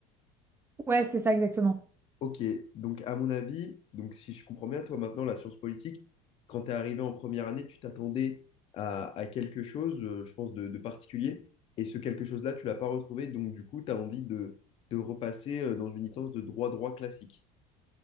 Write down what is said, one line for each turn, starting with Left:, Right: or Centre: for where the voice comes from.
Right: Ouais, c'est ça exactement.
Left: Ok, donc à mon avis, donc si je comprends bien, toi maintenant, la science politique, quand tu es arrivé en première année, tu t'attendais à, à quelque chose, euh, je pense, de, de particulier, et ce quelque chose-là, tu l'as pas retrouvé, donc du coup, tu as envie de, de repasser euh, dans une licence de droit-droit classique.